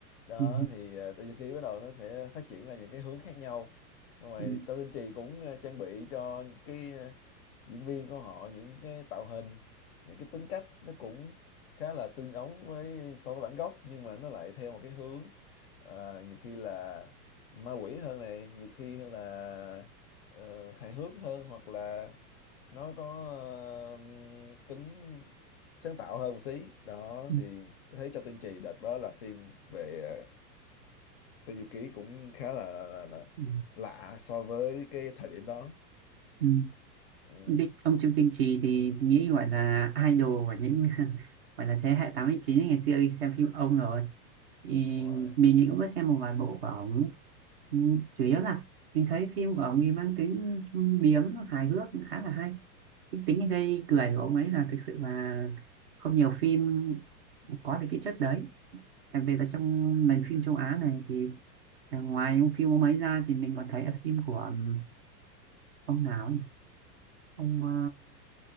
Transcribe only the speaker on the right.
Ừ.
Ừ.
ừ. <laughs>
Ừ.
Ừ.
Ông Bích, ông Trương Tinh Trì thì nghĩ gọi là idol của những <laughs> gọi là thế hệ 89 ấy, ngày xưa đi xem phim ông rồi thì
mình thì cũng có xem một vài bộ của ông Ừ, chủ yếu là mình thấy phim của ông ấy mang tính châm biếm hài hước cũng khá là hay cái tính gây cười của ông ấy là thực sự là không nhiều phim có được cái chất đấy đặc biệt là trong nền phim châu Á này thì à, ngoài ông phim ông ấy ra thì mình còn thấy ở phim của um, ông nào nhỉ ông ờ,